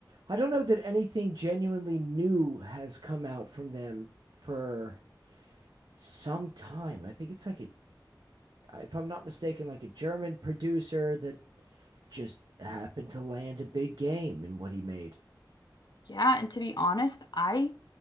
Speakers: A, on the right; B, on the left.
A: I don't know that anything genuinely new has come out from them for some time. I think it's like a if I'm not mistaken like a German producer that just happened to land a big game in what he made.
B: Yeah. And to be honest, I,